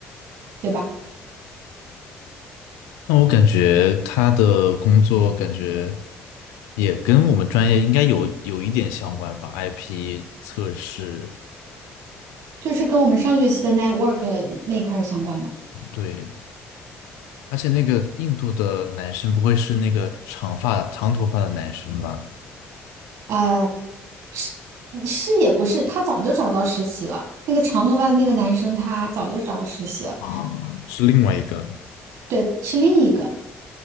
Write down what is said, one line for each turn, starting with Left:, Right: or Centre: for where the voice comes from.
Right: 对吧？
Left: 那我感觉他的工作感觉也跟我们专业应该有有一点相关吧，IP 测试，
Right: 就是跟我们上学期的 network 那一块儿相关吧。
Left: 对。而且那个印度的男生不会是那个长发长头发的男生吧？
Right: 呃，是是也不是，他早就找到实习了。那个长头发的那个男生，他早就找到实习了。
Left: 啊，是另外一个，
Right: 对，是另一个。